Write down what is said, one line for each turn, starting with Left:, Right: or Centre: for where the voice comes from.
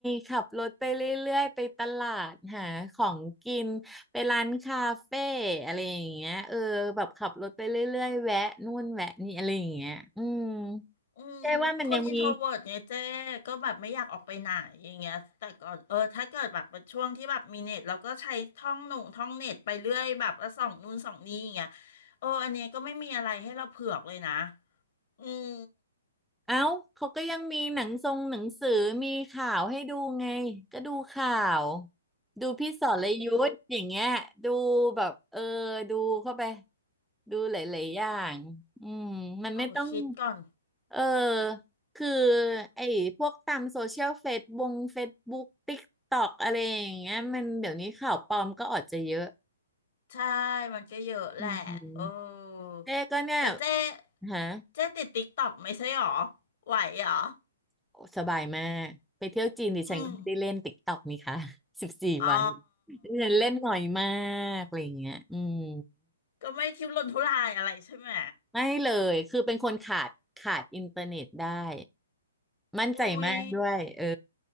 Centre: ขับรถไปเรื่อยๆไปตลาดหาของกินไปร้านคาเฟ่อะไรอย่างเงี้ยเออแบบขับรถไปเรื่อยๆแวะนู่นแวะนี่อะไรอย่างเงี้ยอืม
Left: อืมคนอินโทรเวิร์ตไงเจ๊ก็แบบไม่อยากออกไปไหนอย่างเงี้ยแต่ก่อนเออถ้าเกิดแบบเป็นช่วงที่แบบมีเน็ตเราก็ใช้ท่องหนุ่งท่องเน็ตไปเรื่อยแบบแล้วส่องนู่นส่องนี่อย่างเงี้ย
Centre: ใช่ว่ามันยังมี
Left: เอออันเนี้ยก็ไม่มีอะไรให้เราเผือกเลยนะอืม
Centre: เอ้า เขาก็ยังมีหนังทรงหนังสือมีข่าวให้ดูไงก็ดูข่าวดูพี่สรยุทธอย่างเงี้ยดูแบบเออดูเข้าไปดูหลายๆอย่างอืมมันไม่ต้อง
Left: ขอคิดก่อน
Centre: เออคือไอ้พวกตามโซเชียลเฟซบงเฟซบุ๊กติ๊กต็อกอะไรอย่างเงี้ยมันเดี๋ยวนี้ข่าวปลอมก็ออกจะเยอะ
Left: ใช่มันก็เยอะแหละเออ
Centre: อืมเจ๊ก็เนี่ย
Left: แต่เจ๊
Centre: ฮะ
Left: เจ๊ติดติ๊กตอกไม่ใช่หรอ ไหวหรอ
Centre: โอ้สบายมากไปเที่ยวจีนดิฉันก็ไม่ได้เล่นติ๊กต็อกนี่ค่ะ
Left: อืม
Centre: <laughs> สิบสี่วันดิฉันเล่นหน่อยมา
Left: อ๋อ
Centre: กอะไรอย่างเงี้ยอืม
Left: ก็ไม่ทุรนทุรายอะไรใช่ไหม
Centre: ไม่เลยคือเป็นคนขาดขาดอินเทอร์เน็ตได้มั่นใจมากด้วยเออ
Left: อุ้ย